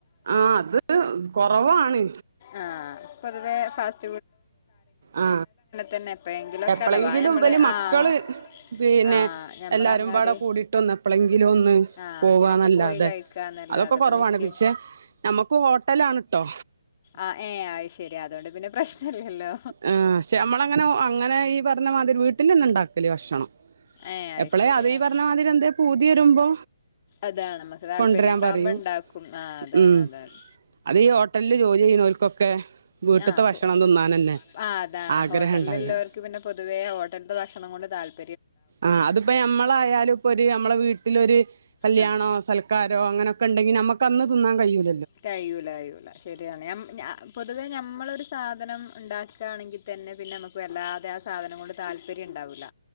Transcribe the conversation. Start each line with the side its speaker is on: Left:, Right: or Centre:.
Right: ആ അത് കൊറവാണ്
Left: ആ പൊതുവേ ഫാസ്
Right: ആ
Left: തന്നെ എപ്പോഴെങ്കിലുമൊക്കെ
Right: എപ്പ്ളെങ്കിലും
Left: അഥവാ ഞമ്മള്
Right: ഇവല് മക്കള്
Left: ആഹ്
Right: പിന്നെ
Left: ആഹ് ഞമ്മളെ
Right: എല്ലാരുംപാടെ
Left: അങ്ങാടി
Right: കൂടീട്ടൊന്ന് എപ്പളെങ്കിലൊന്ന്
Left: ആഹ്
Right: പോവ്വാന്നല്ലാതെ
Left: അങ്ങനെയൊക്കെ പോയി കഴിക്കാന്നല്ലാതെ
Right: അതൊക്കെ
Left: ഇപ്പ
Right: കൊറവാണ്
Left: നിത്യ
Right: പിക്ഷെ ഞമ്മക്ക് ഹോട്ടലാണ് ട്ടോ
Left: ആ ഏ അയ്ശരി അതോണ്ട് പിന്നെ പ്രശ്നല്ല്യല്ലോ
Right: ആഹ് ശ്ശേ അമ്മളങ്ങനെ ഓ അങ്ങനെ ഈ പറഞ്ഞ മാതിരി വീട്ടിന്നി ണ്ടാക്കല് ഭക്ഷണം
Left: ഏഹ്
Right: എപ്പളേ
Left: ശരി
Right: അത് ഈ
Left: ആഹ്
Right: പറഞ്ഞമാതിരി എന്തെ പൂതി വരുമ്പോ
Left: അതാണ് നമുക്ക് താല്പര്യം
Right: കൊണ്ടരാൻ
Left: ഉണ്ടാവുമ്പോ
Right: പറയും
Left: ഉണ്ടാക്കും ആഹ് അതാണ്
Right: ഉം
Left: അതാണ്
Right: അതീ ഹോട്ടല്ല് ജോലി ചെയ്യുന്നോൽക്കൊക്കെ വീട്ടിത്തെ
Left: ആഹ്
Right: ഭക്ഷണം തിന്നാനന്നെ
Left: ആ അതാണ്
Right: ആഗ്രഹണ്ടാക
Left: ഹോട്ടലില്ലോർക്ക് പിന്നെ പൊതുവേ ഹോട്ടൽത്തെ ഭക്ഷണം കൊണ്ട് താല്പ്
Right: ആഹ് അതിപ്പോ ഞമ്മളായാലുപ്പൊരു ഞമ്മള വീട്ടിലൊരു കല്യാണോ
Left: ആ
Right: സൽക്കാരോ അങ്ങനൊക്കെണ്ടെങ്കി ഞമ്മക്ക് കന്ന് തിന്നാൻ കഴിയൂൽ
Left: കഴിയൂലഴിയൂല ശരിയാണ് ഞമ് ഞാ പൊതുവെ ഞമ്മളൊരു സ് സാധനം ഇണ്ടാക്കാണെങ്കി തന്നെ പിന്നമ്മക്ക് വല്ലാതെ ആ സാധനം കൊണ്ട് താല്പര്യണ്ടാവൂല്ല